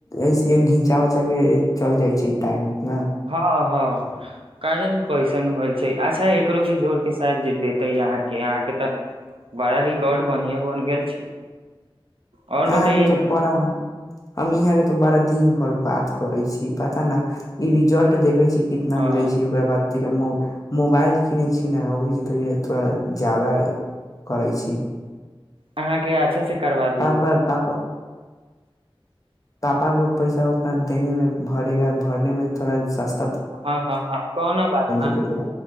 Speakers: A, on the left; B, on the right.
A: ऐसिये घिचा उचा के चल जाय छै टाइम ने
B: हँ हँ कारण कइसन होल छै अच्छा एकरो के जोर के सााय देते अहाँके अहाँ के तऽ बड़ा रिकॉर्ड बढ़िआ बन गेल छै आओर
A: अहाँके
B: बतैयै
A: तऽ
B: ने
A: बड़ा हम यहाँ के तऽ बड़ा दिन भर बात करै छी पता ने ई रिजल्ट देखै छी कितना
B: हँ
A: मिलै छै ओकरा बाद म मोबइल किनै छी ओही जेतथोड़ा <unintelligible> जादा करै छी
B: अहाँके अच्छा से करवा
A: पापा पापा पापा को पैसा उतना देने मे भरेगा भरने मे थोड़ा सस्त
B: हँ हँ हँ कोनो बात न
A: तो थोड़ा